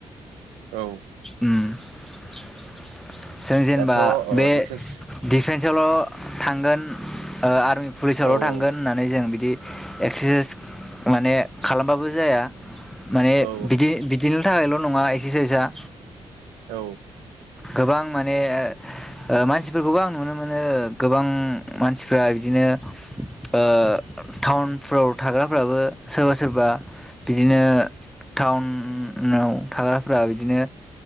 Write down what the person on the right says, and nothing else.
औ
दाथ' ओ
एक्सारस
औ
औ
औ
औ